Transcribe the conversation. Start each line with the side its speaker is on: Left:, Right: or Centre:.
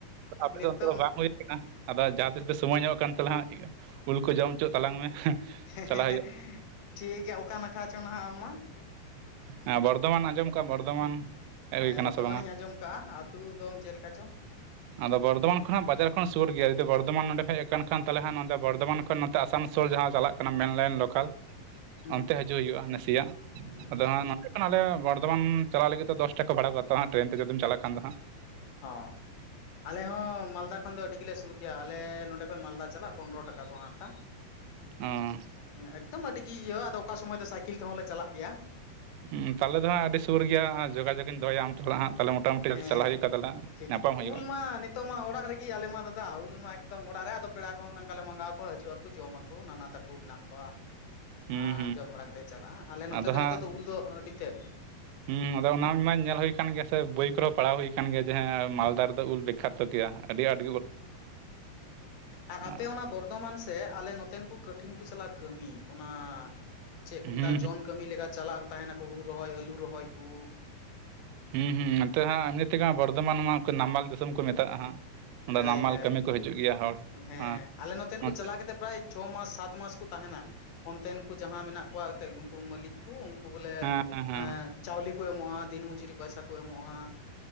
Right: ᱯᱮ
Left: ᱱᱤᱛᱚᱜ
Right: ᱫᱚ <unintelligible> ᱵᱟᱝ ᱦᱩᱭ ᱟᱫᱚ ᱡᱟᱦᱟᱸ ᱛᱤᱥ ᱯᱮ ᱥᱚᱢᱚᱭ ᱧᱚᱜ ᱠᱟᱱ ᱛᱟᱞᱦᱟᱝ ᱦᱟᱸᱜ ᱩᱞ ᱠᱚ ᱡᱚᱢ ᱦᱚᱪᱚ ᱛᱟᱞᱟᱝ ᱢᱮ᱾
Left: ᱦᱮᱸ
Right: ᱪᱟᱞᱟᱜ
Left: ᱦᱮᱸ ᱦᱮᱸ ᱴᱷᱤᱠ ᱜᱮᱭᱟ ᱚᱠᱟ ᱱᱟᱠᱷᱟ ᱪᱚ ᱱᱟᱦᱟᱜ ᱟᱢ ᱢᱟ?
Right: ᱦᱮᱸ ᱵᱚᱨᱫᱷᱚᱢᱟᱱ, ᱟᱸᱡᱚᱢ ᱟᱠᱟᱟᱢ ᱵᱚᱨᱫᱷᱚᱢᱟᱱ,? ᱦᱮᱡ
Left: ᱦᱮᱸ
Right: ᱦᱩᱭ ᱠᱟᱱᱟ
Left: ᱵᱚᱨᱫᱷᱚᱢᱟᱱ
Right: ᱥᱮ ᱵᱟᱝᱟ
Left: ᱤᱧ ᱟᱸᱡᱚᱢ ᱠᱟᱜ-ᱟ ᱟ ᱟᱹᱛᱩ ᱫᱚ ᱪᱮᱫ ᱞᱮᱠᱟ ᱪᱚ?
Right: ᱟᱫᱚ ᱵᱚᱨᱫᱷᱟᱢᱟᱱ, ᱠᱷᱱᱟᱜ ᱵᱟᱡᱟᱨ ᱠᱷᱚᱱ ᱥᱩᱨ ᱜᱮᱭᱟ ᱡᱩᱫᱤ ᱵᱚᱨᱫᱷᱟᱢᱟᱱ ᱱᱚᱰᱮ ᱦᱮᱡ ᱟᱠᱟᱱ ᱛᱟᱦᱮᱞᱮ ᱱᱚᱸᱰᱮ ᱵᱚᱨᱫᱷᱟᱢᱟᱱ ᱠᱷᱚᱱ ᱱᱚᱛᱮ ᱟᱥᱟᱱᱥᱚᱞ ᱡᱟᱦᱟᱸ ᱪᱟᱞᱟᱜ ᱠᱟᱱᱟ ᱢᱮᱱᱞᱟᱭᱤᱱ ᱞᱚᱠᱟᱞ᱾
Left: <inaudible>
Right: ᱚᱱᱛᱮ ᱦᱤᱡᱩᱜ ᱦᱩᱭᱩᱜ-ᱟ ᱱᱟᱥᱮᱭᱟᱜ᱾
Left: ᱦᱩᱸ
Right: ᱟᱫᱚ
Left: ᱦᱩᱸ
Right: ᱦᱟᱸᱜ <unintelligible> ᱦᱩᱭᱩᱜ ᱠᱟᱱᱟ ᱟᱞᱮ ᱵᱚᱨᱫᱷᱚᱢᱟᱱ, ᱪᱟᱞᱟᱜ ᱞᱟᱹᱜᱤᱫ ᱫᱚᱥ ᱴᱟᱠᱟ ᱠᱚ ᱵᱷᱟᱲᱟ ᱠᱚ ᱦᱟᱸᱜ ᱴᱨᱮᱱ ᱛᱮ ᱡᱩᱫᱤᱢ ᱪᱟᱞᱟᱜ ᱠᱷᱟᱱ ᱫᱚ ᱱᱦᱟᱸᱜ᱾
Left: ᱦᱚᱸ ᱟᱞᱮ ᱦᱚᱸ ᱢᱟᱞᱫᱟ ᱠᱷᱚᱱ ᱫᱚ ᱟᱹᱰᱤ ᱜᱮᱞᱮ ᱥᱩᱨ ᱜᱮᱭᱟ ᱟᱞᱮ ᱱᱚᱸᱰᱮ ᱠᱷᱚᱱ ᱢᱟᱞᱫᱟ ᱪᱟᱞᱟᱜ ᱯᱚᱱᱨᱚ ᱴᱟᱠᱟ ᱠᱚ ᱦᱟᱛᱟ᱾
Right: ᱚᱸ
Left: ᱻᱮᱠᱫᱚᱢ ᱟᱹᱰᱤ ᱜᱮ ᱤᱭᱟᱹ ᱟᱫᱚ ᱚᱠᱟ ᱥᱚᱢᱚᱭ ᱫᱚ ᱥᱟᱭᱠᱮᱞ ᱛᱮᱦᱚᱸ ᱞᱮ ᱪᱟᱞᱟᱜ ᱜᱮᱭᱟ᱾
Right: ᱦᱩᱸ ᱛᱟᱦᱮ ᱫᱚ ᱦᱟᱸᱜ ᱟᱹᱰᱤ ᱥᱩᱨ ᱜᱮᱭᱟ ᱡᱳᱜᱟᱡᱳᱜ ᱤᱧ ᱫᱚᱦᱚᱭᱟ ᱟᱢ ᱥᱟᱞᱟᱜ ᱱᱟᱸᱜ ᱛᱟᱦᱚᱞᱮ ᱢᱚᱴᱟᱢᱩᱴᱤ
Left: ᱦᱮᱸ
Right: ᱪᱟᱞᱟᱜ ᱦᱩᱭᱩᱜ ᱠᱷᱟᱱ ᱛᱟᱦᱚᱞᱮ
Left: ᱴᱷᱤᱠ
Right: ᱧᱟᱯᱟᱢ ᱦᱩᱭᱩᱜ-ᱟ᱾
Left: ᱩᱞ ᱢᱟ ᱱᱤᱛᱚᱜ ᱢᱟ ᱚᱲᱟᱜ ᱨᱮᱜᱮ ᱟᱞᱮ ᱢᱟ ᱫᱟᱫᱟ ᱩᱞ ᱢᱟ ᱮᱠᱫᱚᱢ ᱚᱲᱟᱜ ᱨᱮ ᱟᱫᱚ ᱯᱮᱲᱟ ᱠᱚᱦᱚᱸ ᱱᱚᱝᱠᱟ ᱞᱮ ᱢᱟᱸᱜᱟᱣᱠᱚ ᱦᱤᱡᱩᱜ ᱟᱠᱚ ᱡᱚᱢ ᱟᱠᱚ᱾ ᱠᱤ ᱱᱟᱱᱟ ᱛᱟᱠᱚ ᱢᱮᱱᱟᱜ ᱠᱚᱣᱟ᱾
Right: ᱦᱩᱸ
Left: ᱟᱨ
Right: ᱦᱩᱸ
Left: ᱡᱚᱢ ᱵᱟᱲᱟ ᱠᱟᱛᱮᱫ ᱪᱟᱞᱟᱜ-ᱟ᱾ ᱟᱞᱮ ᱱᱚᱛᱮ
Right: ᱟᱫᱚ
Left: ᱫᱚ
Right: ᱦᱟᱸᱜ
Left: ᱱᱤᱛᱚᱜ ᱫᱚ ᱩᱞ ᱫᱚ ᱟᱹᱰᱤ ᱛᱮᱫ
Right: ᱦᱩᱸ ᱟᱫᱚ ᱚᱱᱟ ᱢᱟᱧ ᱧᱮᱞ ᱦᱩᱭ ᱠᱟᱱᱟᱱ ᱜᱮᱭᱟ ᱥᱮ ᱵᱳᱭ ᱠᱚᱨᱮᱦᱚᱸ ᱯᱟᱲᱦᱟᱣ ᱦᱩᱭ ᱠᱟᱱ ᱜᱮᱭᱟ ᱡᱮ ᱢᱟᱞᱫᱟ ᱨᱮᱫᱚ ᱩᱞ ᱵᱤᱠᱠᱷᱟᱛᱚ ᱜᱮᱮᱭᱟ ᱟᱹᱰᱤ ᱟᱴ
Left: ᱟᱨ
Right: ᱦᱩᱸ
Left: ᱟᱯᱮ ᱚᱱᱟ ᱵᱚᱨᱫᱷᱚᱢᱟᱱ ᱥᱮ ᱟᱞᱮ ᱱᱚ ᱡᱚᱛᱮᱱ ᱠᱚ ᱠᱚᱴᱷᱤᱱ ᱠᱚ ᱪᱟᱞᱟᱜ ᱠᱟᱹᱢᱤ ᱚᱱᱟ ᱪᱮᱫ ᱠᱚ ᱢᱮᱛᱟᱜ-ᱟ
Right: ᱦᱩᱸ
Left: ᱡᱚᱱ ᱠᱟᱹᱢᱤ ᱞᱮᱠᱟ ᱪᱟᱞᱟᱜ ᱛᱟᱦᱮᱱᱟ ᱦᱩᱲᱩ ᱨᱚᱦᱚᱭ ᱟᱹᱞᱩ ᱨᱚᱦᱚᱭ ᱠᱩ
Right: ᱦᱩᱸ ᱦᱩᱸ ᱱᱚᱛᱮ ᱦᱟᱸᱜ ᱮᱢᱱᱤ ᱛᱮᱜᱮ ᱵᱚᱨᱫᱷᱚᱢᱟᱱ ᱢᱟ ᱱᱟᱢᱟᱞ ᱫᱤᱥᱚᱢ ᱠᱚ ᱢᱮᱛᱟᱜ-ᱟ ᱦᱟᱸᱜ ᱚᱸᱰᱮ
Left: ᱦᱳᱭ
Right: ᱱᱟᱢᱟᱞ
Left: ᱦᱳᱭ
Right: ᱠᱟᱹᱢᱤ ᱠᱚ ᱦᱤᱡᱩᱜ ᱜᱮᱭᱟ ᱦᱚᱲ
Left: ᱦᱮᱸ
Right: ᱟᱸ
Left: ᱟᱞᱮ ᱱᱚᱛᱮᱱ
Right: ᱱᱚᱛᱮ
Left: ᱠᱚ ᱪᱟᱞᱟᱣ ᱠᱟᱛᱮ ᱯᱨᱟᱭ ᱪᱷᱚ ᱢᱟᱥ ᱥᱟᱛ ᱢᱟᱥ ᱠᱚ ᱛᱟᱦᱮᱱᱟ ᱚᱱᱛᱮᱱ ᱠᱚ ᱡᱟᱦᱟᱸ ᱢᱮᱱᱟᱜ ᱠᱚᱣᱟ ᱮᱱᱛᱮᱫ ᱩᱱᱠᱩ ᱢᱟᱹᱞᱤᱠ ᱩᱱᱠᱩ ᱵᱚᱞᱮ
Right: ᱦᱮᱸ ᱦᱮᱸ
Left: ᱮᱜ ᱪᱟᱣᱞᱮ ᱠᱚ ᱮᱢᱚᱜ-ᱟ ᱫᱤᱱ ᱢᱚᱡᱩᱨᱤ ᱯᱚᱭᱥᱟ ᱠᱚ ᱮᱢᱚᱜ-ᱟ᱾